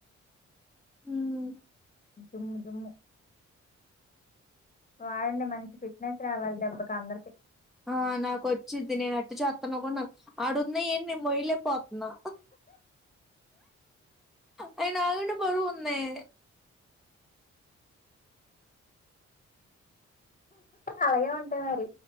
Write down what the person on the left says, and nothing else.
జుమ్ము జుమ్ము. వాడండి మంచి ఫిట్నెస్ రావాలి దెబ్బకి అందరికి
అలాగే ఉంటాయి మరి.